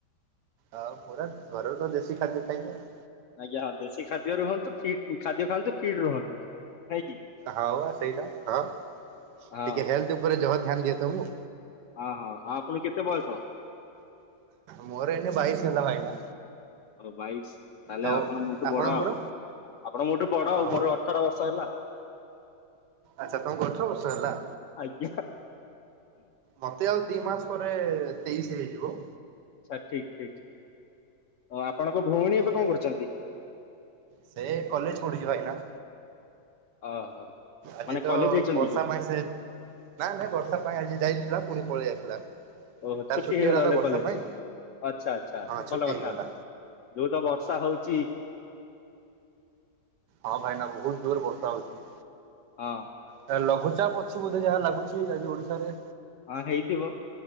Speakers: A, on the right; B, on the left.
A: ଆଉ ପୁରା ଘରର ତ ଦେଶୀ ଖାଦ୍ୟ ଖାଇବା ଆଉ।
B: ଆଜ୍ଞା ଦେଶୀ ଖାଦ୍ୟ ରୁହନ୍ତୁ ଖାଦ୍ୟ ଖାଆନ୍ତୁ ଫିଟ୍ ରୁହନ୍ତୁ। ନାଇଁ କି
A: ହଉ ସେଇଟା। ହଁ
B: ହଁ
A: ଟିକେ ହେଲ୍ଥ ଉପରେ ଯହ ଧ୍ୟାନ ଦିଏ ତ ମୂଁ।
B: ଓ ହୋ ଆପଣ କେତେ ବୟସ?
A: ମୋର ଏଇନେ ବାଇଶ ହେଲା ଭାଇନା।
B: ବାଇଶ ତାହେଲେ
A: ଆଉ
B: ଆପଣ ମୋଠୁ
A: ଆପଣଙ୍କର?
B: ବଡ ଆଉ। ଆପଣ ମୋଠୁ ବଡ
A: ହଁ
B: ଆଉ
A: ବା
B: ମୋର ଅଠର ବର୍ଷ ହେଲା ଆଉ।
A: ଆଚ୍ଛା ତମକୁ ଅଠର ବର୍ଷ ହେଲା।
B: ଆଜ୍ଞା
A: ମତେ ଆଉ ଦି ମାସ ପରେ ତେଇଶ ହେଇଯିବ।
B: ସାର ଠିକ ଠିକ ଆପଣଙ୍କ ଭଉଣୀ
A: ହଁ
B: ଏବେ
A: ଭାଇ
B: କଣ କରୁଛନ୍ତି।
A: ସେ କଲେଜ ପଢ଼ୁଛି ଭାଇନା।
B: ଓହୋ
A: ଆଜି
B: ମାନେ
A: ତ
B: କଲେଜ ଯାଇଛନ୍ତି
A: ବର୍ଷା
B: କି
A: ପାଇଁ ସେ ନା ନା ବର୍ଷା ପାଇଁ ଆଜି ଯାଇଥିଲା ପୁଣି ପଳେଇ ଆସିଲା।
B: ଓହୋ
A: ତାର
B: ଛୁଟି ହେଇଗଲା ବୋଧେ
A: ତ ବର୍ଷା
B: କଲେଜ
A: ପାଇଁ।
B: ଆଚ୍ଛା ଆଚ୍ଛା
A: ହଁ ଛୁଟି
B: ଭଲ କଥା।
A: ହେଇଗଲା
B: ଯୋଉ ତ ବର୍ଷା ହଉଛି
A: ହଁ ଭାଇନା ବହୁତ ଜୋରରେ ବର୍ଷା ହଉଛି।
B: ହଁ
A: ସାର ଲଘୁଚାପ ଅଛି ବୋଧେ ଯାହା ଲାଗୁଛି ଆଜି ଓଡିଶାରେ?
B: ହଁ ହେଇଥିବ